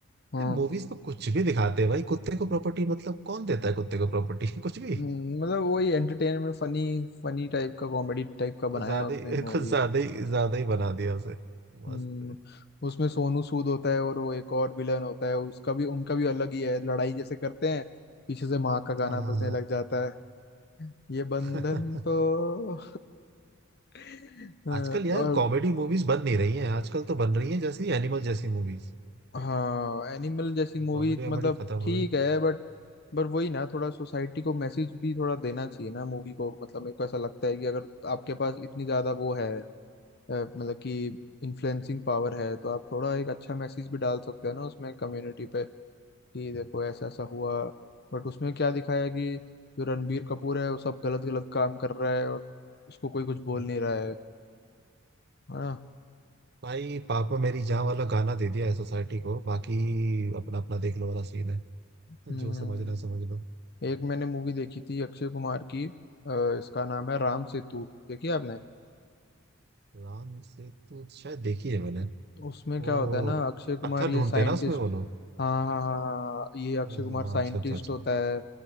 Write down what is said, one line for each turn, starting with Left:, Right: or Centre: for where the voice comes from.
Left: हाँ
Right: यार मूवीज में कुछ भी दिखाते हैं भाई कुत्ते को प्रॉपर्टी मतलब कौन देता है कुत्ते को प्रॉपर्टी <laughs> कुछ भी
Left: हम्म, मतलब वही एंटरटेनमेंट फनी फनी टाइप का कॉमेडी टाइप का
Right: कुछ
Left: बनाया
Right: ज्यादा
Left: है उसने
Right: ही
Left: मूवी
Right: कुछ ज्यादा ही ज्यादा ही बना दिया उसे
Left: हम्म,
Right: मस्त है।
Left: उसमें सोनू सूद होता है और वो एक और विलन होता है उसका भी उनका भी अलग ही है लड़ाई जैसे करते हैं पीछे से माँ का गाना
Right: हाँ
Left: बजने
Right: हाँ
Left: लग जाता है ये बंधन
Right: हाँ
Left: तो <laughs>
Right: <laughs>
Left: अ,
Right: आजकल यार
Left: और
Right: कॉमेडी मूवीज बन नहीं रही हैं आजकल तो बन रही हैं जैसी एनिमल जैसी मूवीज
Left: हाँ एनिमल
Right: कहाँ कॉमेडी
Left: जैसी मूवी
Right: कॉमेडी
Left: मतलब
Right: वॉमेडी खत्म
Left: ठीक
Right: हो गई
Left: है बट पर वही ना थोड़ा सोसाइटी को मैसेज भी थोड़ा देना चाहिए ना मूवी को मतलब मेरे को ऐसा लगता है कि अगर आपके पास इतनी ज्यादा वो है अ, मतलब कि इन्फ्लुएंसिंग पावर है तो आप थोड़ा एक अच्छा मैसेज भी डाल सकते हैं ना उसमें कम्युनिटी पे कि देखो ऐसा ऐसा हुआ बट उसमें क्या दिखाया कि जो रणबीर कपूर है वो सब गलत गलत काम कर रहा है और उसको कोई कुछ बोल
Right: हम्म।
Left: नहीं रहा है है ना
Right: भाई पापा मेरी जान वाला गाना दे दिया है सोसाइटी को बाकी अपना अपना देख लो वाला सीन है
Left: हम्म
Right: जो समझना समझ लो
Left: एक मैंने मूवी देखी थी अक्षय कुमार की अ, इसका नाम है राम सेतु देखी आपने
Right: राम से तू शायद देखी है मैंने
Left: उसमें
Right: वो
Left: क्या होता है ना अक्षय
Right: कुछ
Left: कुमार
Right: पत्थर
Left: ये
Right: ढूंढते
Left: साइंटिस्ट
Right: हैं ना उसमें वो लोग
Left: हाँ हाँ हाँ हाँ हाँ, ये अक्षय
Right: हाँ हाँ
Left: कुमार
Right: हाँ
Left: साइंटिस्ट
Right: अच्छा अच्छा अच्छा
Left: होता है